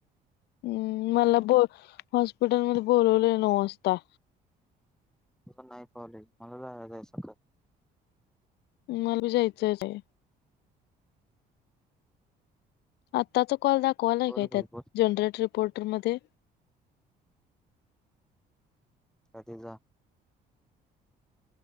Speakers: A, on the left; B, in the centre.
A: हम् मला ब हॉस्पिटलमध्ये बोलवलय नऊ वाजता.
B: तं नाही पावले मलाजय स काळ.
A: मलाबी जायचंच आहे. आताच कॉल दाखव. कॉल आहे
B: बोल
A: काय
B: बोल
A: त्यात
B: बोल,
A: जनरेटर पोर्टरमध्ये.
B: अधी जा.